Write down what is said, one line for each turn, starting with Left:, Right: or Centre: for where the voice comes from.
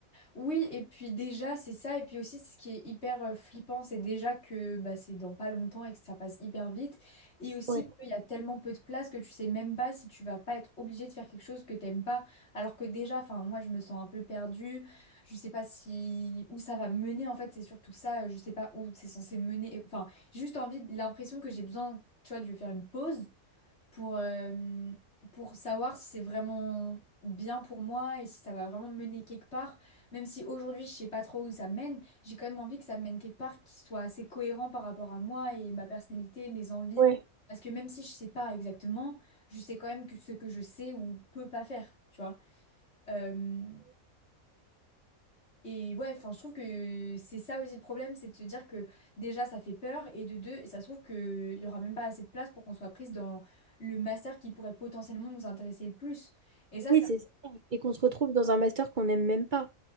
Left: Oui, et puis déjà, c'est ça. Et puis aussi, ce qui est hyper euh, flippant, c'est déjà que bah, c'est dans pas longtemps et que ça passe hyper vite. Et aussi
Right: Ouais,
Left: qu'il y a tellement peu de place que tu sais même pas si tu vas pas être obligé de faire quelque chose que t'aimes pas. Alors que déjà, enfin, moi, je me sens un peu perdue. Je sais pas si où ça va mener. En fait, c'est surtout ça. euh, Je sais pas où c'est censé mener. Enfin, j'ai juste envie, l'impression que j'ai besoin, tu vois, de faire une pause pour, euh, pour savoir si c'est vraiment bien pour moi et si ça va vraiment me mener quelque part. Même si aujourd'hui, je sais pas trop où ça mène, j'ai quand même envie que ça me mène quelque part qui soit assez cohérent par rapport à moi et ma personnalité, mes envies.
Right: ouais.
Left: Parce que même si je sais pas exactement, je sais quand même que ce que je sais ou peux pas faire, tu vois. Euh, et ouais, enfin, je trouve que c'est ça aussi le problème, c'est de se dire que déjà ça fait peur, et de deux, ça se trouve qu'il y aura même pas assez de place pour qu'on soit prise dans le master qui pourrait potentiellement nous intéresser le plus. Et ça,
Right: Oui,
Left: c'est. un-
Right: c'est ça. Et qu'on se retrouve dans un master qu'on n'aime même pas.